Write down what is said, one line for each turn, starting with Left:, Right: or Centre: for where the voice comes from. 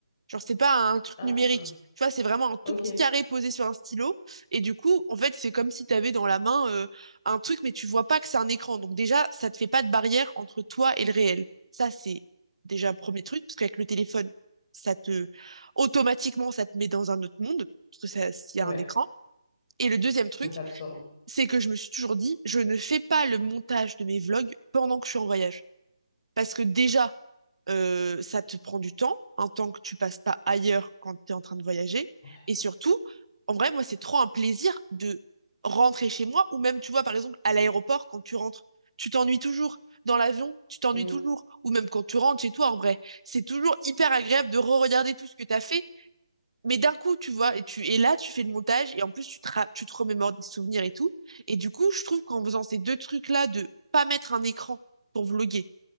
Right: Genre, c'est pas un truc
Left: Ah,
Right: numérique. Tu vois, c'est vraiment un tout
Left: ok.
Right: petit carré posé sur un stylo. Et du coup, en fait, c'est comme si t'avais dans la main euh, un truc, mais tu vois pas que c'est un écran. Donc déjà, ça te fait pas de barrière entre toi et le réel. Ça, c'est déjà un premier truc, parce qu'avec le téléphone, ça te automatiquement, ça te met dans un autre monde, parce que ça, s'il
Left: Ouais.
Right: y a un écran. Et le deuxième truc,
Left: Ça t'absorbe.
Right: c'est que je me suis toujours dit, je ne fais pas le montage de mes vlogs pendant que je suis en voyage. Parce que déjà, euh, ça te prend du temps, un temps que tu passes pas ailleurs quand tu es en train de voyager.
Left: Ouais.
Right: Et surtout, en vrai, moi, c'est trop un plaisir de rentrer chez moi, ou même, tu vois, par exemple, à l'aéroport, quand tu rentres, tu t'ennuies toujours. Dans l'avion, tu t'ennuies
Left: Mm.
Right: toujours. Ou même quand tu rentres chez toi, en vrai. C'est toujours hyper agréable de re-regarder tout ce que tu as fait mais d'un coup, tu vois, et tu et là, tu fais le montage et en plus, tu te, ra- tu te remémores des souvenirs et tout. Et du coup, je trouve qu'en faisant ces deux trucs-là, de pas mettre un écran pour vloguer